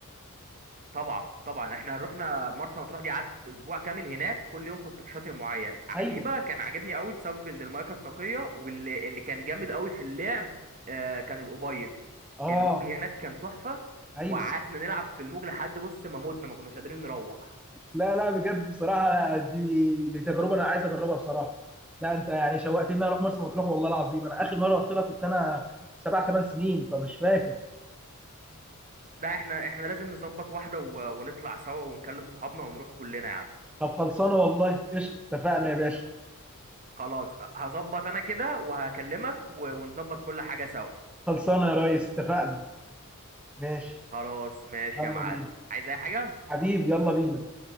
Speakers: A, on the right; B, in the centre.
A: طبعا طبعا احنا رحنا مرسى مطروح دي قعدت اسبوع كامل هناك كل يوم كنت في شاطئ معين
B: ايوه
A: عجيبة كان عاجبني قوي بسبب ان المايه كانت نقية واللي اللي كان جامد قوي في اللعب آه كان الابيض
B: اه
A: الموج هناك كان تحفة
B: ايوه
A: وقعدنا نلعب في الموج لحد بص ما موتنا ما كناش قادرين نروح
B: لا لا بجد بصراحه لا، دي دي تجربه انا عايز اجربها بصراحه لا انت يعني شوقتني اروح مرسى مطروح والله العظيم انا اخر مره رحت لها كنت انا سبع ثمان سنين فمش فاكر
A: لا احنا احنا لازم نظبط واحدة و... ونطلع سوا ونكلم صحابنا ونروح كلنا يا عم
B: طب خلصانه والله قشطه اتفقنا يا باشا
A: خلاص هظبط انا كده وهكلمك و... ونظبط كل حاجة سوا
B: خلصانه يا ريس اتفقنا ماشي
A: خلاص ماشي
B: يلا
A: يا معلم
B: بينا
A: عايز اي حاجة
B: حبيبي يلا بينا